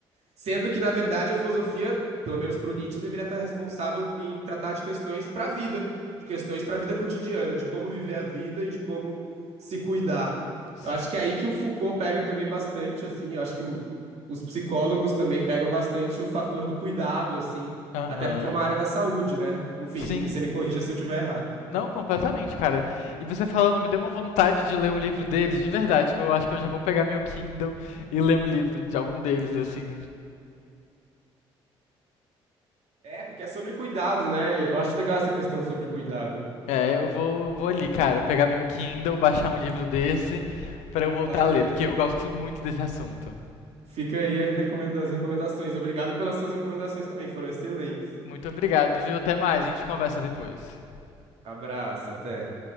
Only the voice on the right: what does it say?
sendo que, na verdade, a filosofia, pelo menos para o Nietzsche, deveria estar responsável em tratar de questões para a vida, de questões para a vida cotidiana, de como viver a vida e de como se cuidar.
Eu acho que é aí que o Foucault pega também bastante, assim, eu acho que o- os psicólogos também pegam bastante o fator do cuidado, assim,
até porque é uma área da saúde, né? Enfim,
você me corrija se eu estiver errado.
É, porque é sobre cuidado, né? Eu acho legal essa questão sobre cuidado.
Vai
mesmo.
Fica aí a recomenda- as recomendações. Obrigado pelas suas recomendações também, foram excelentes.
Abraço, até.